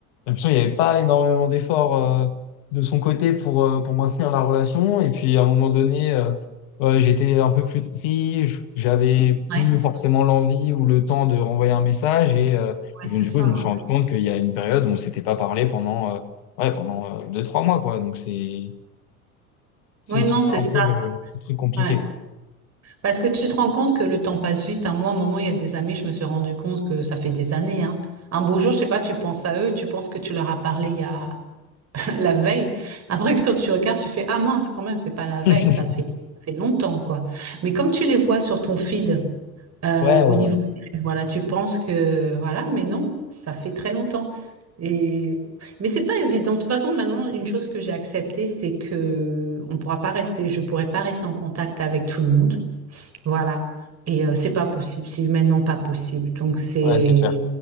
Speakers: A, on the left; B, on the right.
A: l'impression qu'il n'y avait pas énormément d'efforts euh, de son côté pour, euh, pour maintenir la relation. Et puis à un moment donné, euh, euh, j'étais un peu plus pris, je- j'avais
B: Ouais.
A: plus forcément l'envie ou le temps de renvoyer un message. Et, euh,
B: Ouais,
A: et
B: c'est
A: donc, du
B: ça.
A: coup, je
B: hein.
A: me suis rendu compte qu'il y a une période où on ne s'était pas parlé pendant, euh, ouais, pendant euh, deux, trois mois, quoi. Donc c'est c'est
B: Oui,
A: aussi
B: non,
A: ça
B: c'est
A: un
B: ça.
A: peu le, le truc compliqué,
B: Ouais.
A: quoi.
B: Parce que tu te rends compte que le temps passe vite. hein. Moi, à un moment, il y a des amis, je me suis rendu compte que ça fait des années. hein. Un beau jour, je sais pas, tu penses à eux, tu penses que tu leur as parlé il y a <laughs> la veille. Après, quand tu regardes, tu fais, ah mince, quand même, c'est pas la veille,
A: <laughs>
B: ça fait, ça fait longtemps, quoi. Mais comme tu les vois sur ton feed, Euh,
A: Ouais,
B: au
A: ouais,
B: niveau des- rêves, voilà, tu penses que voilà, mais non, ça fait très longtemps. Et mais c'est pas évident. De toute façon, maintenant, une chose que j'ai acceptée, c'est que on pourra pas rester, je pourrais pas rester en contact avec tout le monde. Voilà. Et euh, c'est pas possible, c'est humainement pas possible. Donc c'est
A: ouais, c'est clair.